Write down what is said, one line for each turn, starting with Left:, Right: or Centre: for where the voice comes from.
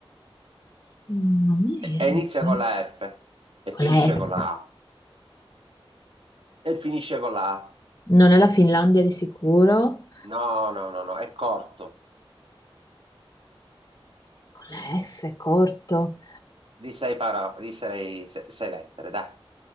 Left: Non mi viene.
Right: E, e inizia
Left: dai.
Right: con la F e
Left: Con
Right: finisce
Left: la F.
Right: con la A. E finisce con la A.
Left: Non è la Finlandia di sicuro.
Right: No, no, no, no, è corto,
Left: Con la F corto.
Right: di sei, paro- di sei, se- sei lettere, dai.